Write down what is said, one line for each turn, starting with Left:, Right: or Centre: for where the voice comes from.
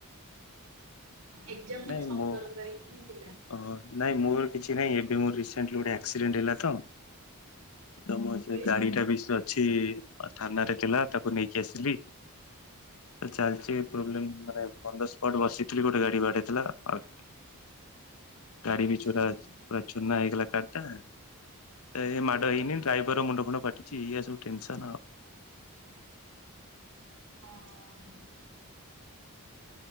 Right: ଏକ୍ଜାମ ମୋର
Left: ନାଇଁ
Right: ସତର
Left: ମୁଁ
Right: ତାରିଖ ହିଁ ଥିଲା।
Left: ଅ ନାଇଁ ମୋର କିଛି ନାଇଁ। ମୋର ରିସେଣ୍ଟ ଗୋଟେ ଆକ୍ସିଡେଣ୍ଟ ହେଲା ତ ତମର
Right: କେବେ
Left: ସେ ଗାଡି ଟା ବି ସେ ଅଛି ଥାନରେ ଥିଲା ତାକୁ ନେଇକି ଆସିଲି ଚାଲିଚି
Right: ଆଜ୍ଞା
Left: ପ୍ରୋବ୍ଲେ ମାନେ ବ ସ୍ପଟ ବସିଥିଲି ଗୋଟେ ଗାଡି ବାଡେଇଦେଲା ଆ ଗାଡି
Right: ଆଚ୍ଛା
Left: ବି ଚୁର
Right: ଆଚ୍ଛା
Left: ପୁର ଚୁନା ହେଇଗଲା କାର ଟା ଏ ମାଡ ହେଇନି ଡ୍ରାଇଭରର ମୁଣ୍ଡ ଫୁଣ୍ଡ ଫାଟିଚି ଏଇଆ ସବୁ ଟେନସ
Right: ହଁ।